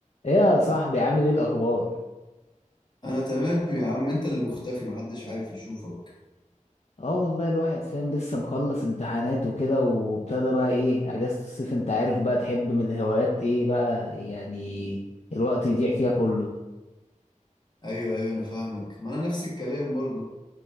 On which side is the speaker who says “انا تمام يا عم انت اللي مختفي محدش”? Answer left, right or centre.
Left